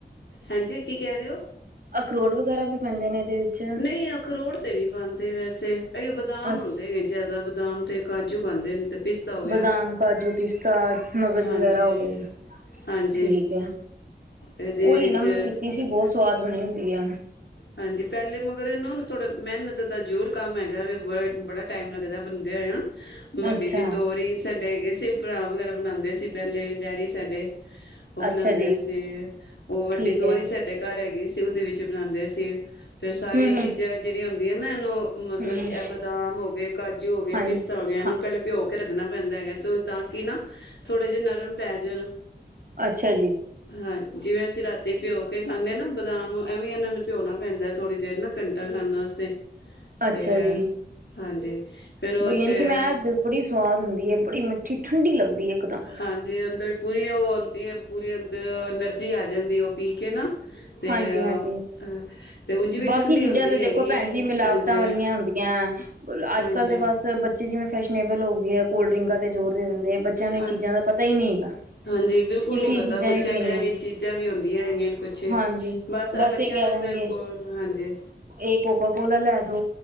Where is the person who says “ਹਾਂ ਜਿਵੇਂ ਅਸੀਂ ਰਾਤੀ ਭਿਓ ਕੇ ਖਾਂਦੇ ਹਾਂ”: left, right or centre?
Left